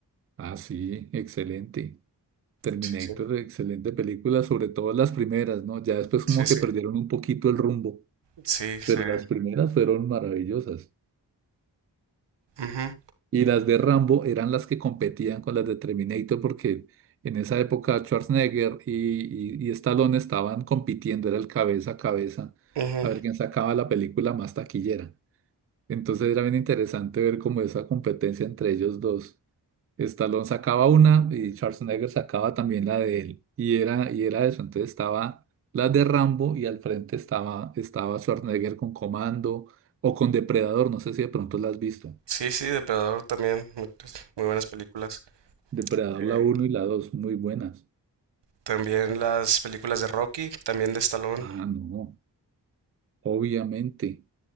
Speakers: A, on the right (about 35°); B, on the right (about 80°).
A: ah, sí, excelente. Terminator,
B: Sí, sí,
A: excelente película, sobre todo las primeras, ¿no? Ya después
B: sí,
A: como
B: sí,
A: que perdieron un poquito el rumbo.
B: sí, se-
A: pero las primeras fueron maravillosas.
B: ujú,
A: Y las de Rambo eran las que competían con las de Terminator porque en esa época Schwarzenegger y, y, y Stallone estaban compitiendo, era el cabeza a cabeza,
B: ujú.
A: a ver quién sacaba la película más taquillera. Entonces era bien interesante ver como esa competencia entre ellos dos. Stallone sacaba una y Schwarzenegger sacaba también la de él. Y era, y era eso. Entonces estaba la de Rambo y al frente estaba, estaba Schwarzenegger con Comando o con Depredador. No sé si de pronto la has visto.
B: Sí, sí, Depredador también, muy, muy buenas películas.
A: Depredador
B: Eh,
A: la uno y la 2 muy buenas.
B: también las películas de Rocky, también de Stallone.
A: Ah, no, obviamente.